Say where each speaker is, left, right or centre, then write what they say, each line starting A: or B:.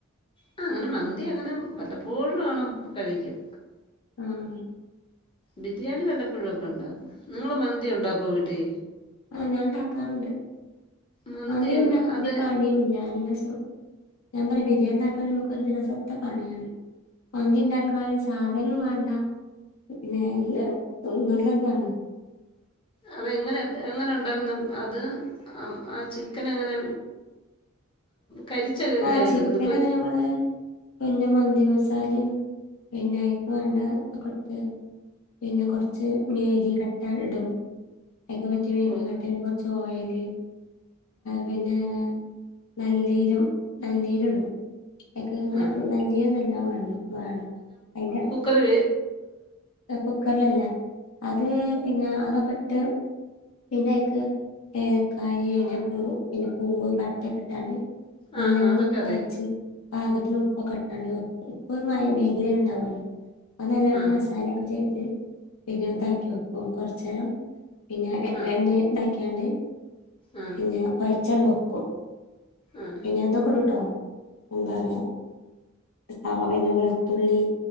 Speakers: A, on the left; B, on the left.
A: ആഹ് അങ്ങനെ മന്തി അങ്ങനെ വല്ലപ്പോഴും ആണം കഴിക്കും
B: ആഹ്
A: ബിരിയാണി വല്ലപ്പോഴുംഒക്കെ ഉണ്ടാക്കും നിങ്ങൾ മന്തി ഉണ്ടാക്കോ വീട്ടി
B: ആഹ് ഞാൻണ്ടാക്കാറുണ്ട്
A: മന്തി
B: മൻതി ഉണ്ടാക്ക
A: അത്
B: ഒരു പണിയം ഇല്ല നല്ലസുഖ ഞാൻ പറയാം ബിരിയാണി ആക്കണ നമുക്ക് ഒരു ദിവസത്തെ പണിയാണ് മന്തി ഉണ്ടാക്കാ സാധനം വേണ്ട പിന്നെ എല്ല നല്ലതാണ്
A: അതെങ്ങനെ എങ്ങനെ ഉണ്ടാക്കുന്നു അത് ആ ചിക്കൻ എങ്ങനെ കരിച്ച എല്ല
B: ആഹ് ചിക്കൻ
A: എടുക്കുന്നു ഇപ്പെ
B: അങ്ങനെ നമ്മള് പിന്നെ മന്തി മസാലയും പിന്നെ അയ്ക്ക് വേണ്ട ഒ കൊടുത്ത് പിന്നെ കുറച്ച് മേഗി കട്ടാ ഇടും ഒക്കെ കുത്തി മേങ്ങ
A: ഓ
B: കട്ടന് കുറച്ച് ഓയിൽ പിന്നെ നല്ലീരം നല്ലീരി ഇടും ഒക്കെെ
A: ആ
B: നല്ലീരു നല്ല വേ വേണം അതിന്റെ
A: കുക്കറി
B: കുക്കറിലല്ല അത് പിന്നെ അതൊക്കെ ഇട്ട് പിന്നെ അയ്ക്ക് ഏലക്കായ ഏലപ്പൂ പിന്നെ പൂവ് പട്ടക്കെ ഇട്ടാണ്ട് നല്ലവണ്ണം
A: ആ ആ, അതൊക്കെ
B: കൊയ്ച്ച്
A: അറിയാം
B: പാകത്തിന് ഉപ്പൊക്കെ ഇട്ടാണ്ട് ഉപ്പ് മ മാഗില് തന്ന ഉണ്ടാവുമല്ലോ അത് നല്ലവണ്
A: ആ
B: മസ ലൊക്കെ ചെയ്ത് പിന്നെ ഇതാക്കി വെക്കും കുറച്ച നേരം പിന്നെ
A: ആ
B: എണ്ണ ഇണ്ടാക്കിയാണ്ട്
A: ആ
B: പിന്നെ കുഴച്ച്ങ്ങ് വെക്കും
A: ആഹ്
B: ന്തൊക്കെടുട്ടോ എന്താ പറയാ സവാള വെളുത്തുള്ളി